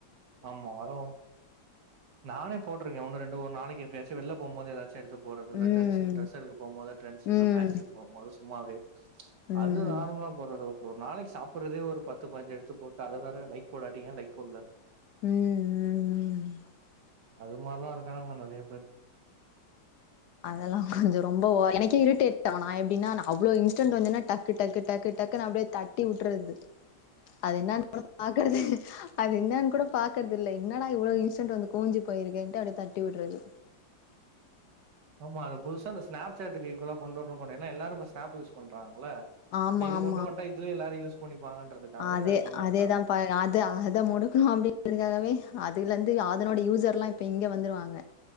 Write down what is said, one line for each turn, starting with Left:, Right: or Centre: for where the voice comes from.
Right: ஆமா வரவ நானே போட்டிருக்கே ஒண்ணு ரெண் ஒரு நாளைக்கு எப்பாயாச்சு வெள்ள போம்போது எதாச்சு ச்சி எடுத்து போறது இந்த
Left: ம்
Right: ட்ரெண்ட்ஸு டிரஸ் எடுக்க போம்போது ட்ரெண்ட்ஸ்
Left: ம் ம்
Right: எல்லா மேக்ஸ்டு போ போது சும்மா அப்பிடியே
Left: ம்
Right: அது நார்மலா போறது ஒ ஒரு நாளைக்கு சாப்புறதே ஒரு பத்து பாஞ்சி எடுத்து போட்டு அத வேற லைக் போடாட்டீ ஏ லைக் போல
Left: ம் ம் ம்
Right: அது மாரிலா இருக்கானாங்க நெறைய பேர்
Left: அதெல்லா கொஞ்சோ ரொம்ப ஒ எனக்கே இரிட்டேட் ஆ நா எப்பிடின்னா அவ்ளோ இன்ஸ்டன்ட் வந்துன்னா டக்கு டக்கு டக்கு டக்கு நான அப்பிடியே தட்டி வுட்டறது அது என்னன்னு கூட பாக்குறது அது என்னன்னு கூட பாக்குறது இல்ல என்னடா இவ்ளோ இன்ஸ்டன்ட் வந்து குமுஞ்சி போயிருக்கேன்ட்டு அப்பிடியே தட்டிவுடுறது
Right: ஆமா அது புதுசா இந்த ஸ்நாப் சாட்டு இக்குவல்லா கொண்டு வணு போனு எல்லாரு ஸ்னாப் யூஸ் பண் ண்றாங்க ல்ல
Left: ஆமா
Right: இப்ப இது
Left: ஆமா
Right: கொண்டு வண்ட்டா இதுல எல்லாரு யூஸ் பண்ணிப்பாங்கன்றதுக்காக
Left: அதே
Right: கொண்டு
Left: அதேதா
Right: வந்ட்டாங்க
Left: பா அது அது முடுக்கணு அப்பிடிங்கதுக்காகவே துல இந்து அதனோட யூசர்ல்லா இப்ப இங்க வந்துருவாங்க